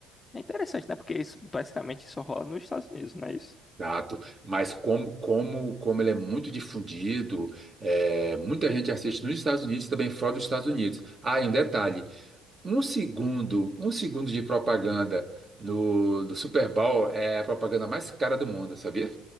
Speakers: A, on the left; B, on the right.
A: É interessante, né? Porque isso basicamente só rola nos Estados Unidos, não é isso?
B: Exato. Mas como, como, como ele é muito difundido, é, muita gente assiste nos Estados Unidos, e também fora dos Estados Unidos. Ah, e um detalhe. Um segundo, um segundo de propaganda no, do Super Bowl é a propaganda mais cara do mundo, sabia?